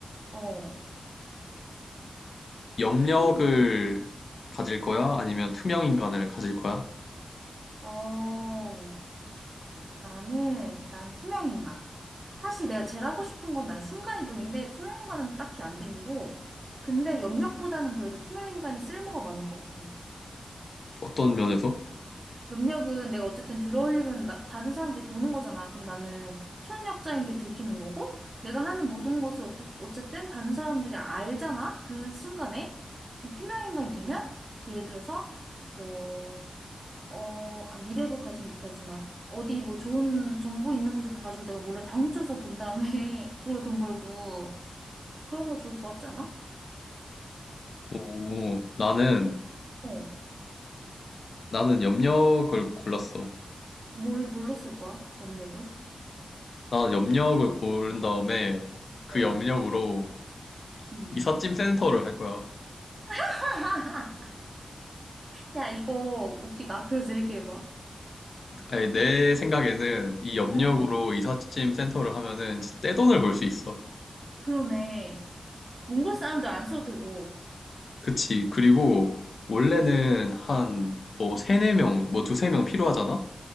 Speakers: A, on the right; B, on the left.
A: 어,
B: 염력을
A: 촌,
B: 가질 거야? 아니면 투명 인간을 가질 거야?
A: 어, 나는, 난 투명인간. 사실 내가 제일 하고 싶은 건 난 순간이동인데, 투명인간은 딱히 안 땡기고, 근데 염력보다는 그래도 투명인간이 쓸모가 많을 것 같아.
B: 어떤 면에서?
A: 염력은 내가 어쨌든 들어올리면 나- 다른 사람들이 보는 거잖아. 그럼 나는 촌력자인 게 들키는 거고, 내가 하는 모든 것을 어때, 어쨌든 다른 사람들이 알잖아. 그 순간에. 근데 투명인간이 되면, 예를 들어서, 뭐, 어, 아, 미래로 가진 못하지만, 어디 뭐 좋은 정보 있는 곳에 가가지고 내가 몰래 다 훔쳐서 본 다음에, <laughs> 그걸로 돈 벌고, 그런 거 좋을 것 같지 않아?
B: 오, 나는,
A: 어.
B: 나는 염력을 골랐어.
A: 뭘, 뭘로 쓸 거야? 염력을?
B: 나는 염력을 고른 다음에 그
A: 어.
B: 염력으로
A: 음.
B: 이삿짐 센터를 할 거야.
A: <laughs> 야, 이거 웃기다. 그래서 얘기해봐.
B: 아니, 내 생각에는 이 염력으로
A: 어,
B: 이삿짐 센터를 하면은 진짜 떼돈을 벌 수 있어.
A: 그러네. 몽골 사람들 안 써도 되고.
B: 그치. 그리고 원래는 한 뭐 세네 명, 뭐 두세 명 필요하잖아?